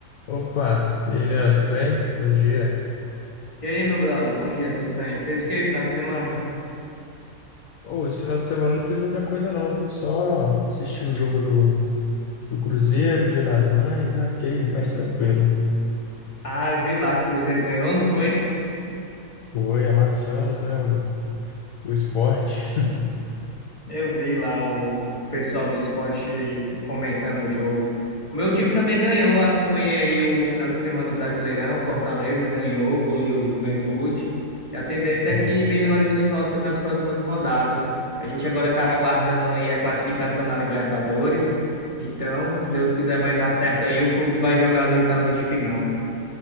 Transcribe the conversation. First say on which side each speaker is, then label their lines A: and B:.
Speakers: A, on the left (about 60°); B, on the left (about 20°).
A: Opa, e aí, Leandro, tudo bem? Bom dia.
B: E aí, meu brother, bom dia, tudo bem? Fez o que final de semana?
A: Ô, esse final de semana eu não fiz muita coisa não, viu? Só assisti o jogo do, do Cruzeiro, Dia das Mães, né? Fiquei mais tranquilo.
B: Ah, eu vi lá que o Cruzeiro ganhou, não foi?
A: Oi, amassamos, né? O, o esporte. <laughs>
B: Eu vi lá o o pessoal do esporte comentando o jogo. O meu time também ganhou, acompanhei aí o final de semana do Brasileirão, Fortaleza ganhou, goleou o Juventude. E a tendência
A: É.
B: é que melhore nos próxi- nas próximas rodadas. A gente agora está aguardando aí a classificação na Libertadores. Então, se Deus quiser, vai dar certo aí, o clube vai jogar as oitavas de final.